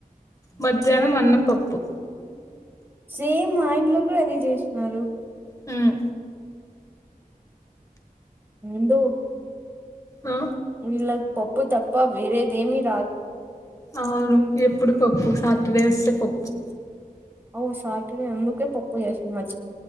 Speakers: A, on the left; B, on the right.
A: మధ్యాన్నం అన్నం పప్పు
B: సేమ్ మా ఇంట్లో కూడా అదే చేసినారు
A: హ్మ్
B: ఉండు
A: ఆ
B: వీళ్ళకు పప్పు తప్ప వేరేదేమి రా <unintelligible>
A: అవును ఎప్పుడు పప్పు సాటర్డే వస్తే పప్పు
B: ఔ సాటర్డే అందు కే పప్పు చేసిన